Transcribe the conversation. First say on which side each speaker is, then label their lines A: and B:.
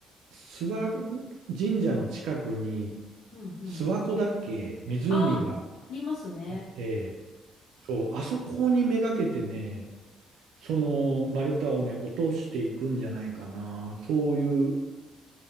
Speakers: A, on the right; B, on the left.
A: 諏訪神社の近くに、
B: うんうん。
A: 諏訪湖だっけ、湖が
B: ああ、ありますね。
A: あって、そう、あそこにめがけてね、その丸太をね、落としていくんじゃないかな。そういう